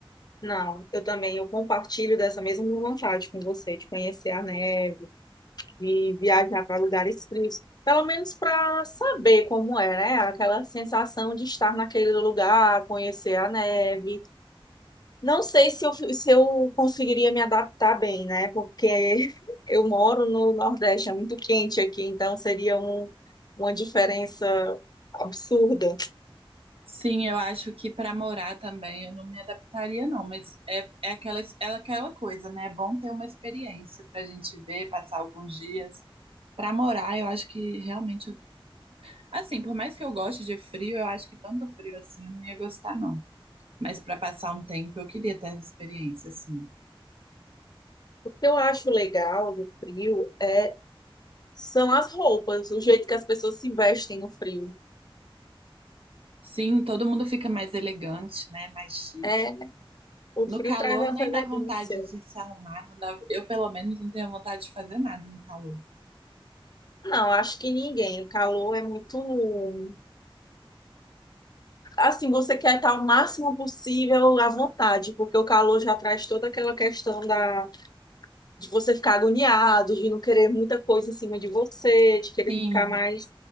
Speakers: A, on the left (about 45°); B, on the right (about 75°).
A: Não, eu também eu compartilho dessa mesma vontade com você de conhecer a neve, de viajar para lugares frios, pelo menos para saber como é, né? Aquela sensação de estar naquele lugar, conhecer a neve. Não sei se eu, se eu conseguiria me adaptar bem, né? Porque <laughs> eu moro no Nordeste, é muito quente aqui, então seria um, uma diferença absurda.
B: Sim, eu acho que para morar também eu não me adaptaria, não, mas é, é aquela, é aquela coisa, né? É bom ter uma experiência para a gente ver, passar alguns dias. Para morar, eu acho que realmente. eu- Assim, por mais que eu goste de frio, eu acho que tanto frio assim eu não ia gostar, não. Mas para passar um tempo, eu queria ter essa experiência, assim.
A: O que eu acho legal do frio é, são as roupas, o jeito que as pessoas se vestem no frio.
B: Sim, todo mundo fica mais elegante, né? Mais chique.
A: É, o
B: No
A: frio
B: calor
A: traz essa
B: nem
A: elegância.
B: dá vontade de se arrumar, não dá... eu pelo menos não tenho vontade de fazer nada no calor.
A: Não, acho que ninguém. O calor é muito. Assim, você quer estar o máximo possível à vontade, porque o calor já traz toda aquela questão da de você ficar agoniado, de não querer muita coisa em cima de você, de querer
B: Sim,
A: ficar mais,